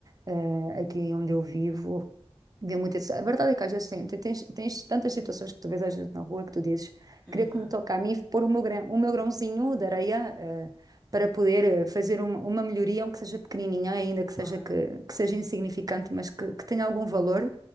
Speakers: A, on the right (about 35°); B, in the centre.
A: eh, aqui onde eu vivo. Vê muito isso. A verdade é que às vezes tem, tem- tens, tens tantas situações que tu vês a gente na rua que tu dizes,
B: é
A: queria
B: verdade,
A: que me toque a mim pôr o meu grão, o meu grãozinho de areia eh, para poder eh, fazer uma, uma melhoria, aunque seja pequenininha, ainda que seja,
B: claro.
A: que, que seja insignificante, mas que, que tenha algum valor.